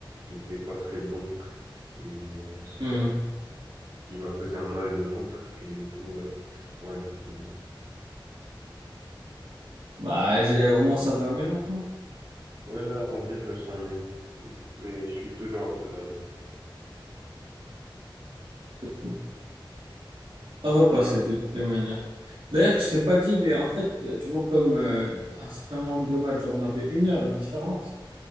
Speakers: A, on the right (about 50°); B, on the right (about 80°).
A: il était pas très bon. Et euh, je sais
B: Hmm.
A: pas, il m'a causé un mal de ventre. Et du coup, euh, ouais. bon.
B: Bah, j'ai- au moins ça va mieux maintenant.
A: Ouais, là, en vrai, je me sens mieux. Mais je suis toujours un peu malade.
B: C'est cool. Ça va passer de toutes les manières. D'ailleurs, je t'ai pas dit, mais en fait, euh, tu vois, comme euh, un certain nombre de matchs, genre on avait une heure de différence